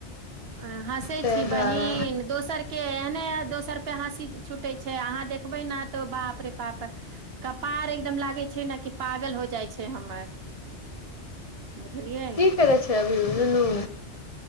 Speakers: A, on the right; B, on the left.
A: अ हँसै
B: ताहि
A: छी
B: दुआरे
A: बहिन। दोसरके एहने दोसर पे हँसी छूटै छै अहाँ देखबै ने तऽ बाप रे बाप। कपार एकदम लागै छै ने कि पागल हो जाइ छै हमर। बुझलियै।
B: की करै छै अभी नुनु।